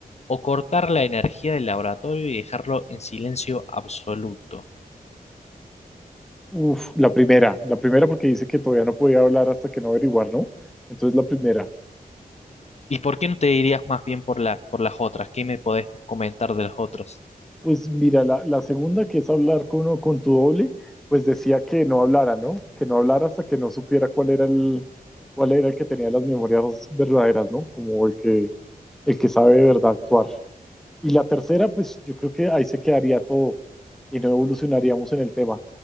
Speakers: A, on the left (about 45°); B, in the centre.
A: o cortar la energía del laboratorio y dejarlo en silencio absoluto.
B: Uf, la primera, la primera porque dice que todavía no podía hablar hasta que no averiguar, ¿no? Entonces la primera.
A: ¿Y por qué no te dirías más bien por la, por las otras? ¿Qué me podés comentar de las otras?
B: Pues mira, la, la segunda que es hablar con, con tu doble, pues decía que no hablara, ¿no? Que no hablara hasta que no supiera cuál era el, cuál era el que tenía las memorias verdaderas, ¿no? Como el que, el que sabe de verdad actuar. Y la tercera, pues yo creo que ahí se quedaría todo y no evolucionaríamos en el tema.